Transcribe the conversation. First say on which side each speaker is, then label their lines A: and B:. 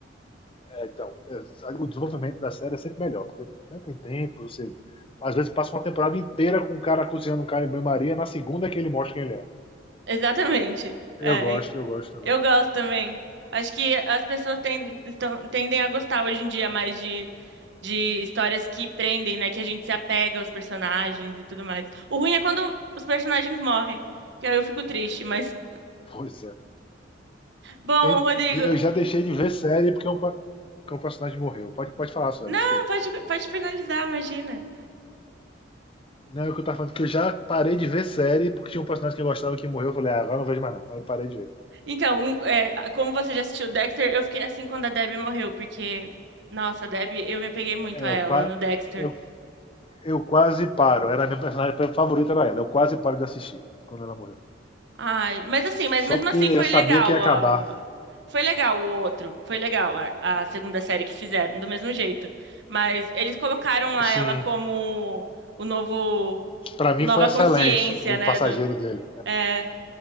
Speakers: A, on the left (about 30°); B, on the right (about 65°).
A: é, então, é, o desenvolvimento da série é sempre melhor, porque não tem tempo, você. Às vezes passa uma temporada inteira com o cara cozinhando um cara em banho-maria, na segunda é que ele mostra quem ele é.
B: Exatamente. É,
A: Eu gosto, eu gosto também.
B: eu gosto também. Acho que as pessoas ten- estão- tendem a gostar hoje em dia mais de, de histórias que prendem, né? Que a gente se apega aos personagens e tudo mais. O ruim é quando os personagens morrem, que aí eu fico triste, mas.
A: Pois é.
B: Bom,
A: Tem-
B: Rodrigo.
A: eu já deixei de ver série porque um, pa- porque um personagem morreu. Pode, pode falar, senhora,
B: Não,
A: desculpe.
B: pode, pode finalizar, imagina.
A: Não, é o que eu tava falando, que eu já parei de ver série porque tinha um personagem que eu gostava que morreu. Eu falei, ah, agora não vejo mais não. Aí eu parei de ver.
B: Então, um- é, como você já assistiu Dexter, eu fiquei assim quando a Debbie morreu, porque, nossa, a Debbie, eu me apeguei muito
A: É,
B: a ela
A: eu, qua-
B: no Dexter.
A: eu- eu quase paro. Era a minha personagem favorita, era ela. Eu quase paro de assistir quando ela morreu.
B: Ai, mas assim, mas mesmo
A: Só porque
B: assim
A: eu
B: foi
A: sabia
B: legal
A: que ia acabar.
B: a... Foi legal o outro, foi legal a, a segunda série que fizeram, do mesmo jeito. Mas eles colocaram lá
A: Sim,
B: ela como o novo,
A: pra mim
B: nova
A: foi excelente
B: consciência,
A: o
B: né,
A: passageiro
B: do...
A: dele.
B: É,